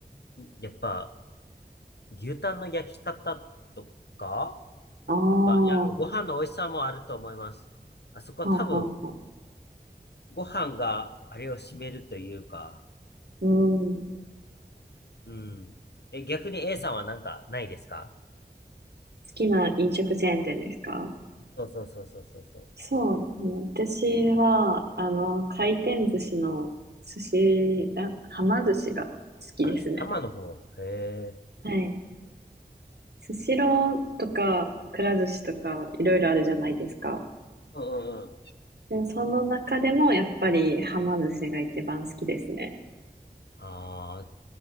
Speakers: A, on the left (about 80°); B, on the right (about 75°).
A: やっぱ、牛タンの焼き方とか、
B: ああ、
A: やっぱ、いやご飯の美味しさもあると思います。
B: は
A: あそこは多分、
B: あはあはあ。
A: ご飯があれを占めるというか、
B: うん。好
A: うん。え、逆に A さんはなんかないですか
B: きな飲食チェーン店ですか
A: そうそうそうそうそうそう。
B: そうですね。私は、あの、回転寿司の寿司、あ、はま寿司が好きですね。
A: あ、浜の方。へえ。
B: はい。スシローとか、くら寿司とか、いろいろあるじゃないですか。
A: うんうんうん。
B: で、その中でも、やっぱり、はま寿司が一番好きですね。
A: ああ、